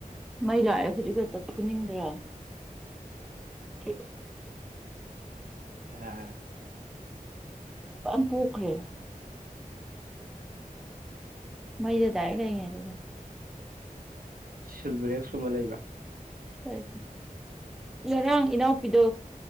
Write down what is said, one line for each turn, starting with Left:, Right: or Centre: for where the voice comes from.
Centre: ꯃꯩ ꯂꯥꯛꯑꯦ ꯍꯧꯖꯤꯛ ꯈꯛꯇ ꯐꯨꯅꯤꯡꯗ꯭ꯔꯥ ꯊ
Right: ꯔꯥ
Centre: ꯌꯥꯝ ꯄꯣꯛꯈ꯭ꯔꯦ ꯃꯩꯗ ꯗꯥꯏꯔꯦꯛ ꯂꯩꯔꯤꯉꯩꯗꯅꯦ
Right: ꯁꯤꯜꯕ꯭ꯔꯦꯛ ꯁ ꯀꯨꯝꯕ ꯂꯩꯕ꯭ꯔꯥ
Centre: ꯁꯣꯏꯗꯦ꯫ ꯉꯔꯥꯡ ꯏꯅꯥꯎꯄꯤꯗꯣ